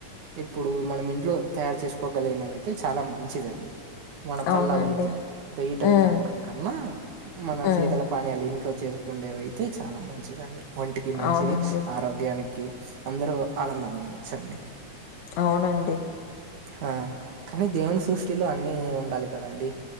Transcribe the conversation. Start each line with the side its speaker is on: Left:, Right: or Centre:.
Right: ఇప్పుడు మనం ఇంట్లో తయారు చేసుకోగలిగినవయితే చాలా మంచిదండి మన
Left: అవునండి.
Right: పల్లవయితే బైటవి
Left: హ్మ్.
Right: తాగడం కన్నా మన
Left: హ్మ్.
Right: శీతల పానీయాలు ఇంట్లో చేసుకుండేవయితే చాలా మంచిదండి ఒంటికి మంచిది
Left: అవునండి.
Right: ఆరోగ్యానికి అందరు ఆనందంగుండచ్చండి
Left: అవునండి
Right: ఆ కానీ దేవుని సృష్టిలో అన్ని ఉండాలి కదండి